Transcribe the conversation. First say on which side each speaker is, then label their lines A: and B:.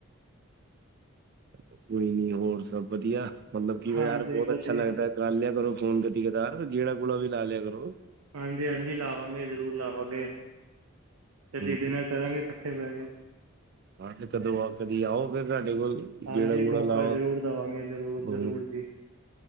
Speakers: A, on the right; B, on the right.
A: ਕੋਈ ਨੀ, ਹੋਰ ਸਭ ਵਧੀਆ, ਮਤਲਬ ਕੀ ਓ
B: ਹਾਂਜੀ
A: ਯਾਰ ਬਹੁਤ
B: ਵਧੀਆ
A: ਅੱਛਾ ਲੱਗਦਾ ਕਰ ਲਿਆ ਕਰੋ ਫੋਨ ਕਦੀ ਕਦਾਰ, ਗੇੜਾ-ਗੂੜਾ ਵੀ ਲਾ ਲਿਆ ਕਰੋ।
B: ਹਾਂਜੀ-ਹਾਂਜੀ, ਲਾਵਾਂਗੇ ਜ਼ਰੂਰ ਲਾਵਾਂਗੇ, ਕਦੀ
A: ਹੂੰ।
B: ਡਿਨਰ ਕਰਾਂਗੇ ਇਕੱਠੇ ਬਹਿ ਕੇ।
A: ਹਾਂ, ਤੇ ਕਦੋਂ ਆ ਕਦੀ ਆਓ ਫੇਰ ਸਾਡੇ ਕੋਲ?
B: ਹਾਂਜੀ
A: ਗੇੜਾ-ਗੂੜਾ
B: ਮੌਕਾ
A: ਲਾਓ
B: ਜਰੂਰ ਦਵਾਂਗੇ ਜਰੂਰ,
A: ਹੋਰ
B: ਜਰੂਰ ਜੀ।